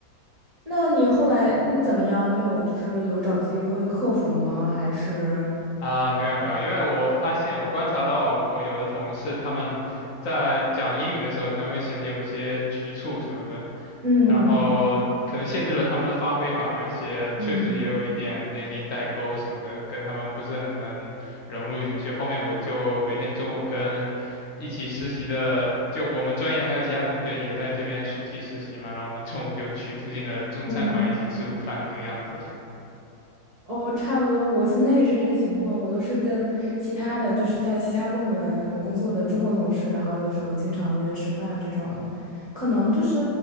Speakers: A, on the right; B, on the left.
A: 那你后来嗯怎么样？你有就是有找机会克服吗？还是
B: 啊，没有没有，因为我发现我观察到我有的同事他们在讲英语的时候可能会显得有些局促什么的，
A: 嗯
B: 然后可能限制了他们的发挥吧，而且确实也有一点年龄代沟什么的，
A: 嗯。
B: 跟他们不是很能融入进去。后面我就每天中午跟一起实习的，就我们专业还有其他同学也在这边暑期实习嘛，然后我们中午就去附近的中餐馆一起吃午饭这个样子。
A: 嗯。
B: <laughs>
A: 哦，差不多，我现在也是这个情况，我都是跟其他的，就是在其他部门工作的中国同事，然后有时候经常约吃饭这种，可能就是，